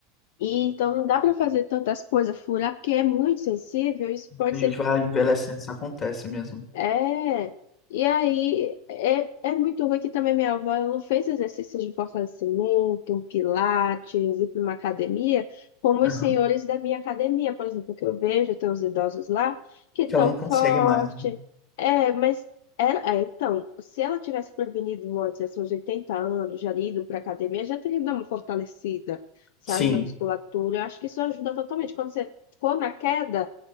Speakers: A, on the left; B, on the left.
A: E então não dá para fazer tantas coisas, furar, porque é muito sensível, isso pode
B: a
A: ser
B: gente vai envelhecendo, isso acontece mesmo.
A: é, e aí é, é muito ruim que também minha avó ela não fez exercícios de fortalecimento, pilates, ir para uma academia, como os
B: Aham.
A: senhores da minha academia, por exemplo, que eu vejo, tem os idosos lá, que estão
B: Que ela não consegue
A: forte.
B: mais, né?
A: É, mas ela, é, então, se ela tivesse prevenido antes, assim, uns 80 anos, já ido para academia, já teria dado uma fortalecida, sabe,
B: Sim,
A: na musculatura. Eu acho que isso ajuda totalmente. Quando você for na queda